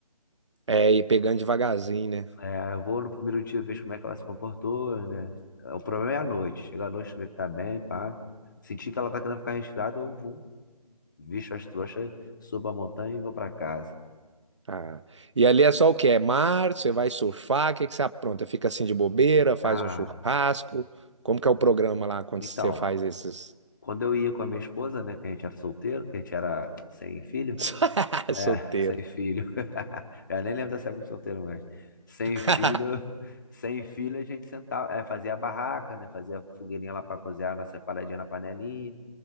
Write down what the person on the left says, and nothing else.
É, eu vou no primeiro dia ver como é que ela se comportou, né? É, O problema é a noite. Chega à noite, ver que tá bem, pá. Sentir que ela tá querendo ficar resfriada, eu vou, visto as trouxas, subo a montanha e vou pra casa.
Ah,
então,
quando eu ia com a minha esposa, né, que a gente era solteiro, que a gente era sem filho,
é,
<laughs> sem filho. <laughs> Eu nem lembro dessa época de solteiro mais. Sem filho,
<laughs> sem filho a gente sentava, é, fazia a barraca, né, fazia fogueirinha lá para cozinhar a nossa paradinha na panelinha.